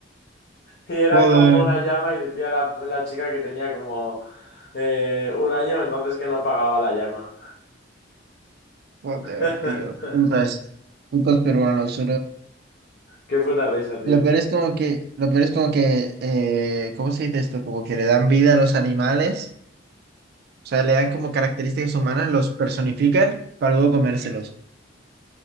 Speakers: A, on the left; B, on the right.
A: Y era
B: Joder.
A: como una llama y decía la, la chica que tenía como eh, un año, entonces que no pagaba la llama.
B: Joder,
A: <laughs>
B: tío. Putas. Putos peruanos.
A: Qué puta risa, tío.
B: Lo peor es como que, lo peor es como que, eh, ¿cómo se dice esto? Como que le dan vida a los animales, o sea, le dan como características humanas, los personifican para luego comérselos.